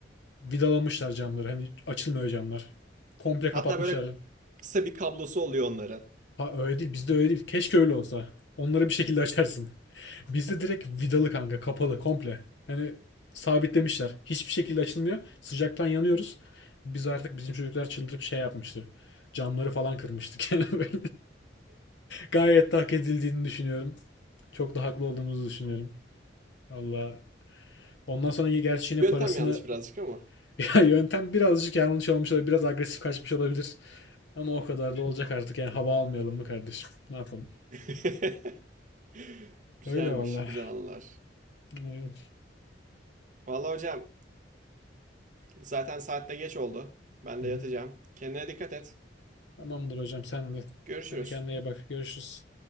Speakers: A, on the left; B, on the right.
A: vidalamışlar camları. Hani açılmıyor camlar. Komple
B: Hatta
A: kapatmışlar.
B: böyle Kısa bir kablosu oluyor onların.
A: Ha öyle değil. Bizde öyle değil. Keşke öyle olsa. Onları bir şekilde açarsın. Bizde direkt vidalı kanka. Kapalı komple. Yani sabitlemişler. Hiçbir şekilde açılmıyor. Sıcaktan yanıyoruz. Biz artık bizim çocuklar çıldırıp şey yapmıştı. Camları falan kırmıştık. <laughs> Yani böyle gayet de hak edildiğini düşünüyorum. Çok da haklı olduğumuzu düşünüyorum. Valla. Ondan sonra yine- gerçi yine
B: Yöntem
A: parasını...
B: yanlış birazcık
A: <laughs>
B: ama.
A: Ya yöntem birazcık yanlış olmuş olabilir. Biraz agresif kaçmış olabilir. Ama o kadar da olacak artık. Yani hava almayalım mı kardeşim? Ne yapalım?
B: <laughs> Güzelmiş,
A: Öyle valla.
B: güzel anılar.
A: Ee,
B: Vallahi hocam zaten saatte geç oldu. Ben
A: Hı
B: de
A: hı.
B: yatacağım. Kendine dikkat et.
A: Tamamdır hocam sen de.
B: Görüşürüz.
A: Hadi kendine iyi bak. Görüşürüz.